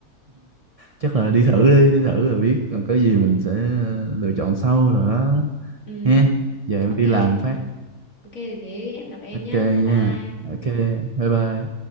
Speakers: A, on the right; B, on the left.
A: Chắc là đi thử đi Đi thử rồi biết Còn có gì mình sẽ ờ, lựa chọn sau rồi đó
B: <laughs> ừ
A: ha Giờ em
B: ok
A: đi làm phát
B: ok thế hẹn gặp em
A: ok
B: nhá bye bye
A: nha ok bye bye